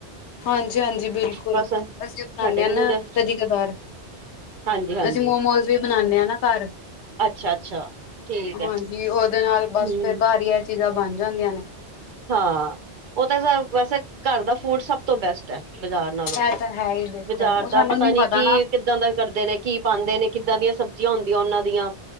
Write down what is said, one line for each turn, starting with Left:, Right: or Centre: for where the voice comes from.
Left: ਹਾਂਜੀ, ਹਾਂਜੀ ਬਿਲਕੁਲ
Right: ਬਸ
Left: ਅਸੀਂ ਅ ਬਣਾਉਂਦੇ
Right: ਸਾਡੇ
Left: ਹਾਂ
Right: ਮੂੰਹ
Left: ਨਾ
Right: ਦਾ
Left: ਕਦੀ ਕਦਾਰ।
Right: ਹਾਂਜੀ ਹਾਂਜੀ
Left: ਅਸੀਂ ਮੋਮੋਸ ਵੀ ਬਣਾਉਦੇ ਹਾਂ ਨਾ ਘਰ।
Right: ਅੱਛਾ ਅੱਛਾ ਠੀਕ ਹੈ
Left: ਹਾਂਜੀ ਉਹਦੇ ਨਾਲ ਬਸ
Right: ਹਮ
Left: ਫੇਰ ਘਰ ਹੀ ਇਹ ਚੀਜ਼ਾਂ ਬਣ ਜਾਂਦੀਆਂ ਨੇ।
Right: ਹਾਂ', ਉਹ ਤਾਂ ਵੈਸੇ ਘਰ ਦਾ ਫੂਡ ਸਭ ਤੋਂ ਬੈਸਟ। ਬਾਜ਼ਾਰ ਨਾਲੋਂ ਤੇ,
Left: ਇਹ ਤਾਂ ਹੈ ਹੀ ਦੇਖੋ
Right: ਬਾਜ਼ਾਰ
Left: ਉਹ ਸਾਨੂੰ
Right: ਦਾ ਪਤਾ ਨੀ ਕੀ
Left: ਨਾ
Right: ਕਿੱਦਾਂ ਦਾ? ਕਰਦੇ ਨੇ, ਕੀ ਪਾਉਂਦੇ ਨੇ, ਕਿੱਦਾਂ ਦੀਆਂ ਸਬਜ਼ੀਆਂ ਹੁੰਦੀਆਂ ਉਹਨਾਂ ਦੀਆਂ।